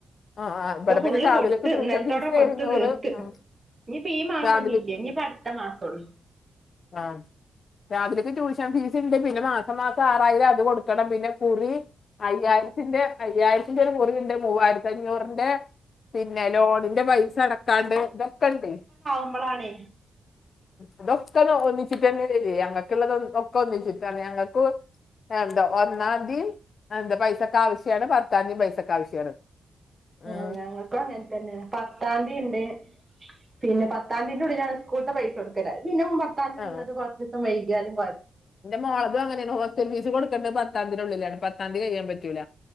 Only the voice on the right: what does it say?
ഇപ്പൊ
ഫുള്ള്
കൊടുത്ത്
ഇന്നലത്തോടെ
കൊടുത്ത്
തീർത്ത്
ഇനിയിപ്പ ഈ മാസിനി
ഇല്ല ഇനിയിപ്പ അടുത്ത മാസം ഉള്ളൂ
അവളാണ്
ഓ ഞങ്ങക്ക് അങ്ങനെ തന്നെ പത്താംതീം ഇണ്ട് പിന്നെ പത്താം തീന്റെ ഉള്ളിലാണ് സ്കൂൾത്തെ പൈസൊടുക്കല് അഹ്പിന്നെപ്പ പത്താം തിയ്യതിന്നുള്ളത്
കുറച്ച് ദിവസം വൈകിയാലും കുഴ